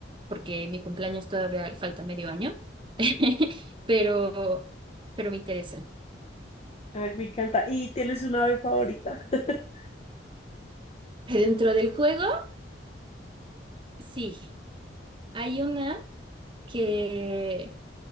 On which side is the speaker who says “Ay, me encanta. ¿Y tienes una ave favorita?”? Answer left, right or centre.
Left